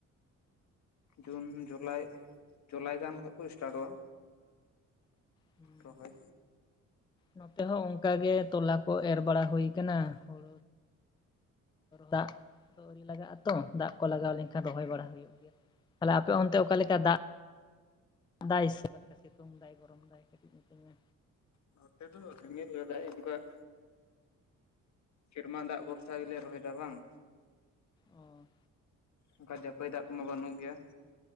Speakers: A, on the left; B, on the left.
A: ᱡᱩᱱ ᱡᱩᱞᱟᱭ ᱡᱩᱞᱟᱭ ᱜᱟᱱ ᱠᱷᱚᱡ ᱠᱚ ᱥᱴᱟᱴᱚᱜᱼᱟ᱾
B: ᱦᱮᱸ᱾
A: ᱨᱚᱦᱚᱭ
B: ᱱᱚᱛᱮ ᱦᱚᱸ ᱚᱱᱠᱟ ᱜᱮ ᱛᱚᱞᱟ ᱠᱚ ᱮᱨ ᱵᱟᱲᱟ ᱦᱩᱭ ᱠᱟᱱᱟ᱾ ᱦᱩᱲᱩ ᱫᱟᱜ ᱫᱚ ᱟᱹᱣᱨᱤ ᱞᱟᱜᱟᱜ-ᱟ ᱛᱚ ᱫᱟᱜ ᱠᱚ ᱞᱟᱜᱟᱣ ᱞᱮᱱᱠᱷᱟᱱ ᱨᱚᱦᱚᱭ ᱵᱟᱲᱟ ᱦᱩᱭᱩᱜ ᱜᱮᱭᱟ᱾ ᱛᱟᱦᱞᱮ ᱟᱯᱮ ᱚᱱᱛᱮ ᱚᱠᱟᱮᱠᱟ ᱫᱟᱜ ᱮᱫᱟᱭ ᱥᱮ ᱥᱤᱛᱩᱝ ᱫᱟᱭ ᱾ ᱜᱚᱨᱚᱢᱫᱟᱭ ᱠᱟᱹᱴᱤᱡ <unintelligible> ᱢᱤᱛᱟᱹᱧᱟ
A: ᱱᱚᱛᱮ ᱫᱚ ᱨᱤᱢᱤᱞ ᱞᱮᱫᱟᱭ ᱚᱱᱠᱟ ᱾ ᱥᱮᱨᱢᱟ ᱫᱟᱜ ᱵᱷᱚᱨᱥᱟ ᱜᱮᱞᱮ ᱨᱚᱦᱚᱭ ᱮᱫᱟ ᱵᱟᱝ?
B: ᱚᱸᱻ᱾
A: ᱚᱱᱠᱟ ᱡᱟᱹᱯᱟᱹᱭ ᱫᱟᱜ ᱠᱚᱢᱟ ᱵᱟᱹᱱᱩᱜ ᱜᱮᱭᱟ ᱾